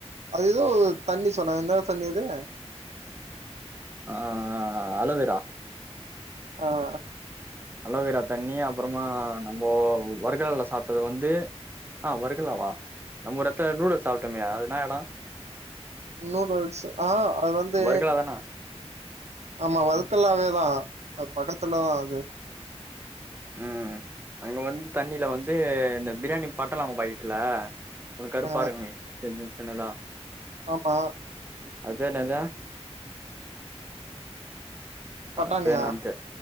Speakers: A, on the right; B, on the right.
A: அத ஏதோ தண்ணி சொன்னாங்க என்ன தண்ணி அது
B: ஆஹ அலவேரா
A: ஆஹ
B: அலேவேரா தண்ணி அப்புறோமா நம்ம வர்கல்ல சாப்பிட்டது வந்து ஆஹ் வருர்காவா நம்ம ஒரு இடத்துல நூடுல்ஸ் சாப்பிட்டோலா அது எந்த இடம்
A: நூடுல்ஸ் ஆஹ் அது வந்து
B: வர்கலா தான
A: ஆமா வதுக்கல்லாவேதான் அது பக்கத்துலதா அது
B: உம் அங்க வந்து தண்ணியில வந்து பிரியாணி பட்டலாவங்க பாக்கட்டுலா உம் கருப்பா
A: ஆ
B: இருங்கமே என்னதா
A: ஆமா
B: அது பெ ன்னது
A: பட்டாணியா
B: ஆது ப்பென்கேல்